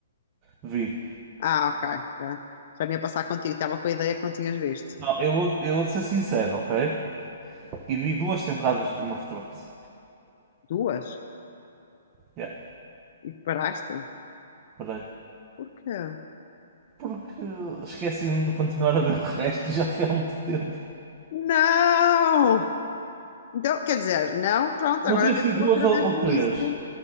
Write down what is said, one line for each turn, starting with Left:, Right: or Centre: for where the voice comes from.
Right: Vi.
Left: Ah, ok. Já, já me ia passar contigo. Estava com a ideia que não tinhas visto.
Right: Não, eu vou, eu vou ser sincero, ok? E vi duas temporadas de Game of Thrones.
Left: Duas?
Right: Yeah,
Left: E paraste?
Right: peraí.
Left: Porquê?
Right: Porque esqueci de continuar a ver o resto e já foi há muito tempo.
Left: Não! Então, quer dizer, não, pronto,
Right: Não
Left: agora
Right: sei
Left: tens
Right: se foi
Left: tudo
Right: duas
Left: outra
Right: ou,
Left: vez
Right: ou
Left: do
Right: três.
Left: início.